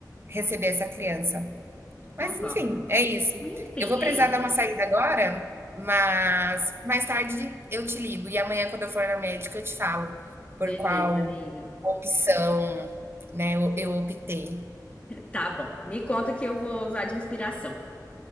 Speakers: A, on the right; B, on the left.
A: receber essa criança. Mas
B: concordo,
A: enfim,
B: amiga.
A: é isso.
B: Enfim,
A: Eu vou precisar
B: é isso.
A: dar uma saída agora, mas mais tarde eu te ligo. E amanhã, quando eu for na médica, eu te falo por
B: Beleza,
A: qual
B: amiga.
A: opção, né, eu eu optei.
B: Tá bom. Me conta que eu vou usar de inspiração.